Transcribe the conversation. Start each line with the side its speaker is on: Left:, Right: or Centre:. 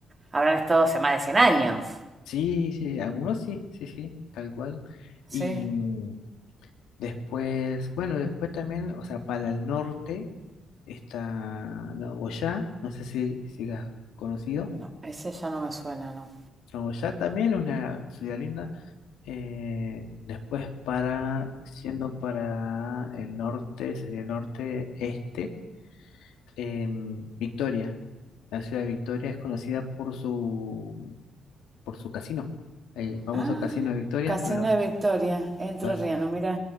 Right: habrán estado hace más de 100 años.
Left: Sí, sí, algunos sí, sí, sí, tal cual.
Right: Sí,
Left: Y, mm, Después, bueno, después también, o sea, para el norte está Nagoya, no sé si, si has conocido.
Right: no, ese ya no me suena, no.
Left: Nagoya también es una ciudad linda. Eh, después para, siendo para el norte, sería norte este, em, Victoria. La ciudad de Victoria es conocida por su, por su casino, el famoso
Right: Ah,
Left: casino de Victoria,
Right: Casino
Left: ¿no lo,
Right: de Victoria, Entre
Left: lo has,
Right: Riano, mira.